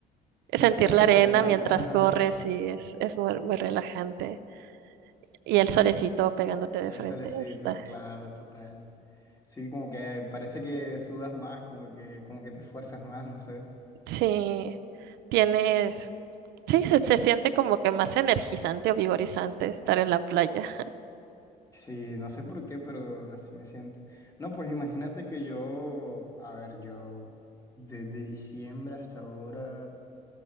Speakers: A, on the right (about 80°); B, on the left (about 20°).
A: Sentir
B: Sí, es como chévere,
A: la arena
B: ¿no?
A: mientras
B: Ajá.
A: corres sí es, es muy, muy relajante. Y el solecito pegándote de
B: Es
A: frente
B: solecito,
A: está.
B: claro, total. Sí, como que parece que sudas más, como que, como que te esfuerzas más, no sé.
A: Sí, tienes, sí, se, se siente como que más energizante o vigorizante estar en la playa.
B: Sí, no sé por qué, pero así me siento. No, pues imagínate que yo, a ver, yo desde diciembre hasta ahora,